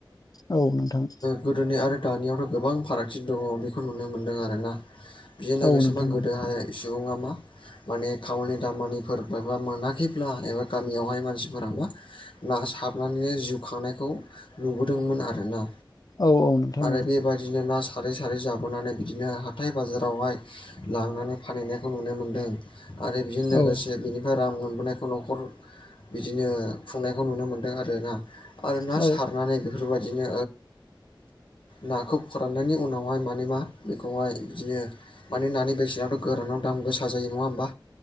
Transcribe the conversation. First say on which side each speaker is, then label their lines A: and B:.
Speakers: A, on the left; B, on the left.
A: औ नोंथां
B: गोदोनि आरो दानियावथ' गोबां फारागथि दङ बेखौ नुनो मोनदों आरोना बेजों लोगोसेोबा
A: औ नोंथां
B: गोदोहाय
A: औ
B: सुबुङा मा माने खावनि दामानिफोर एाबा मोनाखैब्ला एबा गामियावहाय मानसिफोराबा ना सारनानैनो जिउ खांनायखौ नुबोदोंमोन आरोना
A: औ औ नोंथां
B: आरो
A: औ
B: बेबायदिनो ना सारै सारै जाबोनानै बिदिनो हाथाय बाजारावहाय लांनानै फानहैनायखौ नुनो मोनदों आरो बेजों लोगोसे
A: औ
B: बेनिफ्राय रां मोनबोनायखौ न'खर बिदिनो खुंनायखौ नुनो मोनदों आरोना आरो ना
A: औ
B: सारनानै बेफोरबायदिनो नाखौ फोराननायनि उनावहाय मान मा बेखौहाय बिदिनो माने नानि बेसेनाथ' गोरानाव दाम गोसा जायो नङा होमबा